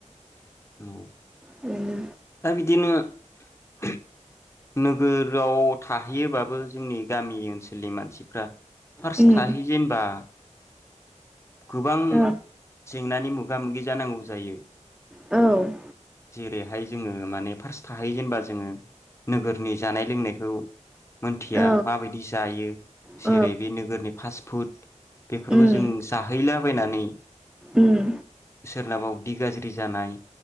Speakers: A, on the left; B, in the centre.
A: औ
B: बेनो
A: दा बिदिनो <inaudible> नोगोराव थाहैयोबाबो जोंनि गामि ओनसोलनि मानसिफ्रा फार्स्ट
B: उम
A: थाहै जेनबा गोबां
B: औ
A: जेंनानि मो गा मोगि जानांगौ जायो।
B: औ
A: जेरैहाय जोङो माने फार्स्ट थाहै जेनबा जोङो नोगोरनि जानाय लोंनायखौ मोनथिया
B: औ
A: माबायदि जायो
B: औ
A: जेरै बे नोगोरनि फास फुट बेफोरखौ
B: उम
A: जों जाहैला बायनानै
B: उम
A: सोरनबा उदि गाज्रि जानाय